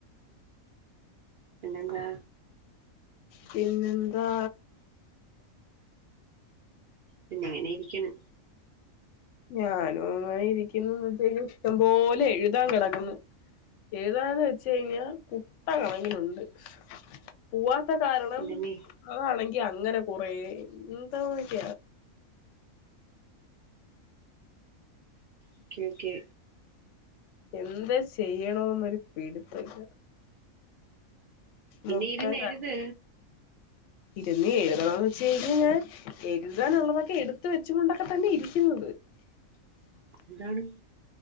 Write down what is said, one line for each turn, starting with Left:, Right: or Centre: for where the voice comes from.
Right: പിന്നെന്താ
Left: പിന്നെന്താ
Right: പിന്നെ എങ്ങനെ ഇരിക്കണ്
Left: ഞാനുംങ്ങന ഇരിക്കുന്നുന്ന് വച്ച ഇഷ്ടംപോലെ എഴുതാ കിടക്കുന്നു ഏതാന്ന് വെച്ച കഴിഞ്ഞാൽ കുട്ട കണങ്ങിനുണ്ട് പൂവാ. കാരണം
Right: പിന്നെ നീ
Left: അതാണെങ്ക എ അങ്ങനെ കൊറ എന്താന്നക്ക
Right: ഓക്കെ ഓക്കെ
Left: എന്താ ചെയ്യണോന്ന്ൊരു പീടിത്തല്ല
Right: പിന്നെ
Left: മൊത്തം
Right: ഇരുന്ന് എഴുത്
Left: കാ ഇരുുന്ന എഴുതണംന്ന് വെച്ച കഴിഞ്ഞഞ് ഞാൻ എഴുതാാനുള്ളതൊക്കെ എടുത്ത വെച്ച കൊണ്ടൊക്കെ തന്നെ ഇരിക്കുന്നത് <unintelligible> <inaudible>
Right: എന്താണ്